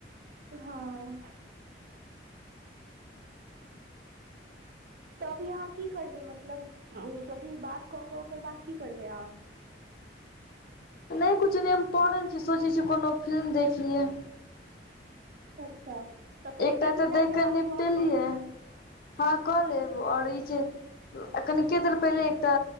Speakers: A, on the right; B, on the left.
A: हँ तऽ अभी अहाँ की करबै? मतलब, एथि बात कऽ कऽ ओकर बाद की करबै अहाँ?
B: नहि, किछु ने। हम पड़ल छी, सोचै छी कोनो फिल्म देखि लिअ।
A: अच्छा तऽ फेर
B: एकटा
A: बीस
B: तऽ
A: मिनट
B: देख
A: के
B: कऽ
A: बाद
B: निपटेलि
A: लेब
B: य हँ कऽ लेब आओर ई छै कनिके देर पहिने एकटा